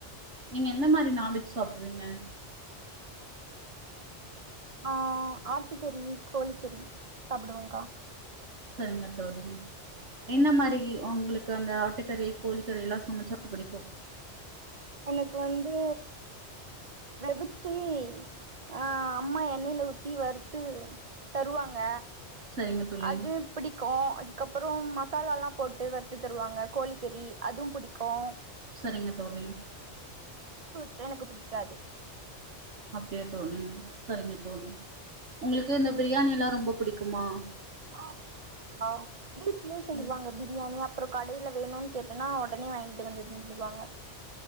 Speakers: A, on the right; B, on the right.
A: நீங்க என்ன மாரி நான்வெஜ் சாப்டுவீங்க
B: ஆஹ் ஆட்டுக்கறி கோழிக்கறி சாப்டுவேன்க்கா
A: சரிங்க தோழி என்ன மாரி உங்களுக்கு அந்த ஆட்டுக்கறி கோழிக்கறி எல்லா சமைச்சா பிடிக்கு
B: எனக்கு வந்து விதச்சி அஹ் அம்மா எண்ணெயில ஊத்தி வருத்து தருவாங்க
A: சரிங்க தோழி
B: அது பிடிக்கூம் அதுக்கப் அப்புறம் மசாலால்லாம் போட்டு வருத்து தருவாங்க கோழிக்கறி அதுவும் புடிக் க்கூம்
A: சரிங்க தோழி
B: சா எனக்கு புடிக்காது
A: அப்டியா தோழி சரிங்க தோழி உங்ளுக்கு இந்த பிரியாணிலாம் ரொம்ப புடிக்குமா
B: ஆஹ் புடிக்கூம் ஆ வீட்லே செய்வாங்க
A: ம்
B: பிரியாணி அப் றோம் கடைல வேணூன்னு கேட்ன்னா ஒடனே வாய்ங்கிட்டு வந்துட்டு செஞ்சிருவாங்க